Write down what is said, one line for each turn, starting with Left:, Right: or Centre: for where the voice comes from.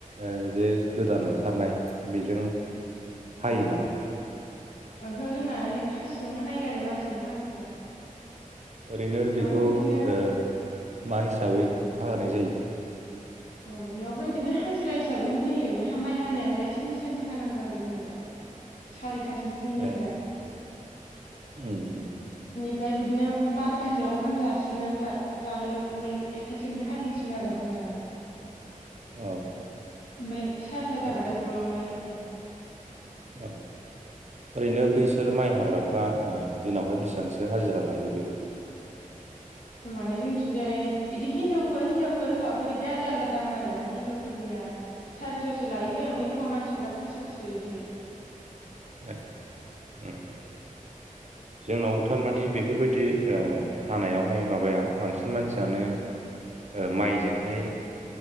Right: ओ जे गोदान ओंखारनाय बेजों हायो
Left: अ
Right: नामा?
Left: ओहो जोंना खासिंनो हायो आरो मानसियानो हाजोबो।
Right: ओरैनो
Left: बेयावबो
Right: बेखौ
Left: बिदिनो
Right: ओ मा हिसाबै
Left: अ
Right: हा होनाय जायो?
Left: अ बेयावबो इदिनो हाजिरा हिसाबैनो होयो बे माइ हानायालाय सानसे सानसे हानांगौ आरो जोंनिया सारि थासिम फुंनिफ्राय।
Right: ए उम उम न।
Left: ओमफ्राय बिदिनो बार'थासोआव ओंखाम जासिगोन जानो ओमफ्राय एकथासोनिफ्राय हाफिनसिगोन आरो ओंखाम जानानै।
Right: औ
Left: ओमफ्राय सारिथा जाबाथाय
Right: ओ
Left: गलांबाय इदि।
Right: औ ओरैनो बैसोर माइ हाग्राफ्रा ओ दिनावहाय बेसेबांसो हाजिरा लायो बेबा?
Left: माने जोंथिंजाय इदि हिनजावफोर-हिनजावफोर हौवाफोर इदि आलदा-आलदा दाम आरो हिनजावफोरनिया सारिस'सो लायो ओमफ्राय हौवा मानसिफोरा पास'सो इदि।
Right: ए उम उम जोंनाव थारमाने बेफोरबायदि हानायावहाय माबाया बांसिन मानसियानो माइजोंहाय